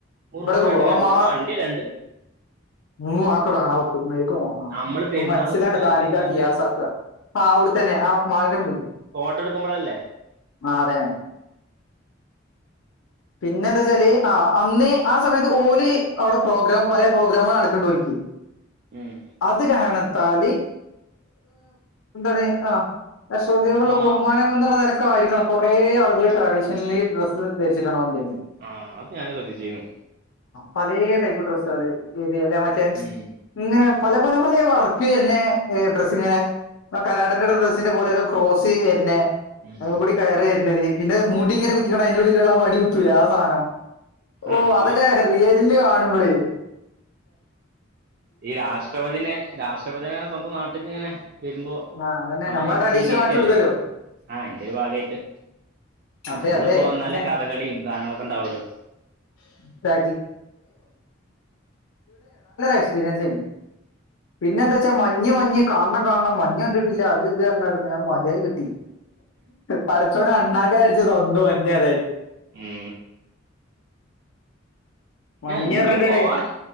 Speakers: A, on the right; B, on the left.
A: മുറുമുന
B: <unintelligible>
A: കണ്ടില്ല മുറുമുന്റെ വണ്ടി അല്ലാണ്ട് നമ്മള് പെരുന്നാൾ നിസ്കാരം കഴിഞ്ഞാണ്ട്
B: <unintelligible> ആ അവിടെത്തന്നെ ആ മാൾന്റെ മുമ്പിൽ
A: ഫോട്ടോ എടുക്കുമ്പോഴല്ലേ
B: ആതന്നെ പിന്നെ എന്താച്ചാല് ആ അന്ന് ആ സമയത്ത് ഓല് അവിടെ പ്രോഗ്രാം പല പ്രോഗ്രാമുകൾ നടക്കുണ്ടോൽകി
A: ഉം
B: അത് കാരണത്താല് എന്താണ് ആ രാഷ്ട്രപഥിയോടുള്ള
A: ആ
B: ബഹുമാനം എന്നുള്ള നിലക്ക ആയിരിക്കണം കൊറേ ആളുകള് ട്രഡീഷണലി ഡ്രസ്സ് ധരി <unintelligible>
A: ആ അത് ഞാന് ശ്രദ്ധിച്ച്യുന്നു
B: പഴയ ടൈപ്പ് ഡ്രസ്സ് ആണ് ഏതി അല്ലെ മറ്റേ
A: ഉം,
B: ഇങ്ങനെ പലപലെപലെ വർക്ക് വരുന്നെ ഡ്രസ്സിങ്ങിനെ ആ കരാടന്റെയുടെ ഡ്രസ്സിന്റെ പോലെയൊക്കെ ക്രോസ് വരുന്ന
A: ഉം.
B: <unintelligible> കൂടി കയറി വരുന്നേ പിന്നെ മുടി ഇങ്ങനെ കുത്തിക്കണം അതിന്റെ ഉള്ളിലുള്ളള്ള വടി കുത്തൂല്ലേ ആ സാധനം
A: ആ
B: ഓ
A: അത്
B: അതൊക്കെ റിയല്ല് കാണുമ്പളെ
A: ഈ രാഷ്ട്രപതിനെ രാഷ്ട്രപതി സ്വന്തം നാട്ട്ക്ക് ഇങ്ങനെ വരുമ്പോ
B: ആ അതന്നെ
A: ആനയിച്
B: നമ്മളെ ട്രഡീഷൻ
A: സ്വീകരിക്കല്ലേ
B: കാണിച്ചു കൊടുക്കല്ലോ
A: ആ അ ന്റെ ഒരു ഭാഗമായിട്ട്
B: അതെ
A: നമ്മളിപ്പോ
B: അതെ
A: വന്നാല്
B: അതന്നെ
A: കഥകളിയും സാധനങ്ങളൊക്കെണ്ടാവൂലോ
B: <unintelligible> എക്സ്പീരിയൻസ് ആർന്നു പിന്നെ എന്താച്ചാ മഞ്ഞ് മഞ്ഞ് കാണണം കാണണം മഞ്ഞ കണ്ടിട്ടില്ല അത് <unintelligible> ഞാണ് മതിയി കിട്ടി പഠിച്ചവനെ അണ്ണാക്കെ അടിച്ചത് <unintelligible>
A: മ്
B: മഞ്ഞ്
A: ഇഞ്ഞിപോവാ
B: പറഞ്ഞിട്ടേ